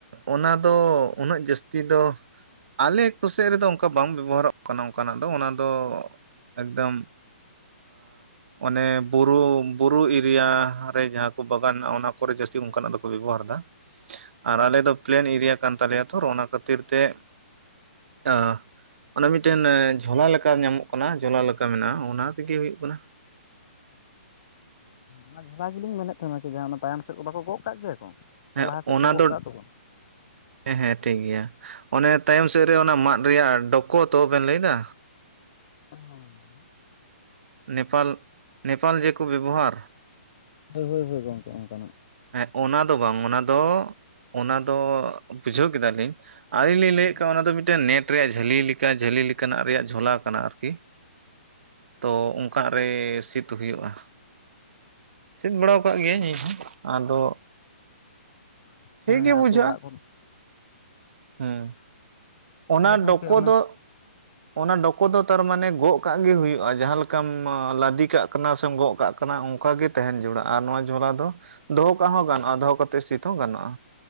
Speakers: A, on the right (about 65°); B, on the left (about 45°).
A: ᱚᱱᱟ ᱫᱚ ᱩᱱᱟᱹᱜ ᱡᱟᱹᱥᱛᱤ ᱫᱚ ᱟᱞᱮ ᱠᱚᱥᱮᱫ ᱨᱮᱫᱚ ᱚᱱᱠᱟ ᱵᱟᱝ ᱵᱮᱵᱚᱦᱟᱨᱚᱜ ᱠᱟᱱᱟ ᱚᱱᱠᱟᱱᱟᱜ ᱫᱚ ᱚᱱᱟ ᱫᱚ, ᱮᱠᱫᱚᱢ, ᱚᱱᱮ ᱵᱩᱨᱩ ᱵᱩᱨᱩ ᱮᱨᱤᱭᱟ ᱨᱮ ᱡᱟᱦᱟᱸ ᱠᱚ ᱵᱟᱜᱟᱱ ᱦᱮᱱᱟᱜ ᱚᱱᱟ ᱠᱚᱨᱮ ᱡᱟᱹᱥᱼᱼ ᱛᱤ ᱚᱱᱠᱟᱱᱟᱜ ᱫᱚᱠᱚ ᱵᱮᱵᱚᱦᱟᱨ ᱫᱟ᱾ ᱟᱨ ᱟᱞᱮ ᱫᱚ ᱯᱞᱮᱱ ᱮᱨᱤᱭᱟ ᱠᱟᱱ ᱛᱟᱞᱮᱭᱟ ᱛᱚ ᱚᱱᱟ ᱠᱷᱟᱹᱛᱤᱨ ᱛᱮ ᱮ᱾ ᱚᱱᱮ ᱢᱤᱫᱴᱮᱱ ᱡᱷᱚᱞᱟ ᱞᱮᱠᱟ ᱧᱟᱢᱚᱜ ᱠᱟᱱᱟ ᱡᱷᱚᱞᱟ ᱞᱮᱠᱟ ᱢᱮᱱᱟᱜᱼᱟ ᱚᱱᱟ ᱛᱮᱜᱮ ᱦᱩᱭᱩᱜ ᱠᱟᱱᱟ᱾
B: ᱚᱱᱟ ᱡᱷᱟᱞᱟ ᱜᱮᱞᱤᱧ ᱢᱮᱱᱮᱫ ᱛᱟᱦᱮᱱᱟ ᱠᱤ ᱡᱟᱦᱟᱸ ᱚᱱᱟ ᱛᱟᱭᱚᱢ ᱥᱮᱫ ᱠᱚ ᱵᱟᱠᱚ ᱜᱚᱜ ᱠᱟᱜ ᱜᱮᱭᱟ ᱠᱚ᱾ ᱥᱮ
A: ᱦᱮᱸ
B: ᱞᱟᱦᱟ ᱥᱮᱫ
A: ᱚᱱᱟ
B: ᱠᱚ ᱜᱚᱜ
A: ᱫᱚ
B: ᱠᱟᱜ ᱫᱚᱠᱚ
A: ᱦᱮᱸ ᱦᱮᱸ ᱴᱷᱤᱠ ᱜᱮᱭᱟ ᱚᱱᱮ ᱛᱟᱭᱚᱢ ᱥᱮᱫ ᱨᱮ ᱚᱱᱟ ᱢᱟᱫ ᱨᱮᱭᱟᱜ ᱰᱳᱠᱳ ᱛᱚ ᱵᱮᱱ ᱞᱟᱹᱭ ᱫᱟ᱾
B: ᱦᱮᱢ
A: ᱱᱮᱯᱟᱞ ᱱᱮᱯᱟᱞ ᱡᱮᱠᱚ ᱵᱮᱵᱚᱦᱟᱨ?
B: ᱦᱳᱭ ᱦᱳᱭ ᱦᱳᱭ ᱜᱚᱢᱠᱮ ᱚᱱᱠᱟᱱᱟᱜ᱾
A: ᱦᱮᱸ ᱚᱱᱟ ᱫᱚ ᱵᱟᱝ ᱚᱱᱟ ᱫᱚ ᱚᱱᱟ ᱫᱚ ᱵᱩᱡᱷᱟᱹᱣ ᱠᱮᱫᱟ ᱞᱤᱧ, ᱟᱨᱞᱤᱧ ᱞᱤᱧ
B: ᱦᱮᱸ
A: ᱞᱟᱹᱭᱮᱫ ᱠᱟᱱ ᱚᱱᱟ ᱫᱚ ᱢᱤᱫᱴᱮᱱ ᱱᱮᱴ ᱨᱮᱭᱟᱜ ᱡᱷᱟᱹᱞᱤ ᱞᱮᱠᱟ ᱡᱷᱟᱹᱞᱤ ᱞᱮᱠᱟ ᱱᱟᱜ ᱨᱮᱭᱟᱜ ᱡᱷᱚᱞᱟ ᱠᱟᱱᱟ ᱟᱨᱠᱤ᱾ ᱛᱚ ᱚᱝᱠᱟᱜ ᱨᱮ ᱥᱤᱫᱽ ᱦᱩᱭᱩᱜᱼᱟ, ᱪᱮᱫ ᱵᱟᱲᱟᱣ ᱠᱟᱜ ᱜᱮᱭᱤᱭᱟᱹᱧ ᱤᱧ ᱦᱚᱸ ᱟᱫᱚ ᱴᱷᱤᱠ
B: ᱦᱮᱸ
A: ᱜᱮ ᱵᱩᱡᱟᱹᱜᱼᱟ
B: ᱟᱹᱛᱩ ᱚᱲᱟᱜ ᱠᱚ
A: ᱦᱩᱸ᱾ ᱚᱱᱟ
B: ᱛᱟᱦᱚᱞᱮ ᱜᱚᱝᱠᱮ
A: ᱰᱚᱠᱚ
B: ᱚᱱᱟ
A: ᱫᱚ ᱚᱱᱟ ᱰᱚᱠᱚ ᱫᱚ ᱛᱟᱨᱢᱟᱱᱮ ᱜᱚᱜ ᱠᱟᱜ ᱜᱮ ᱦᱩᱭᱩᱜᱼᱟ ᱡᱟᱦᱟᱸ ᱞᱮᱠᱟᱢ ᱞᱟᱫᱮ ᱠᱟᱜ ᱠᱟᱱᱟ ᱥᱮᱢ ᱜᱚᱜ ᱠᱟᱜ ᱠᱟᱱᱟ ᱚᱱᱠᱟ ᱜᱮ, ᱛᱟᱦᱮᱸᱱ ᱡᱩᱲᱟ ᱟᱨ ᱱᱚᱣᱟ ᱡᱷᱚᱞᱟ ᱫᱚ ᱫᱚᱦᱚ ᱠᱟᱜ ᱦᱚᱸ ᱜᱟᱱᱚᱜᱼᱟ ᱫᱚᱦᱚ ᱠᱟᱛᱮ ᱥᱤᱛ ᱦᱚᱸ ᱜᱟᱱᱚᱜᱼᱟ᱾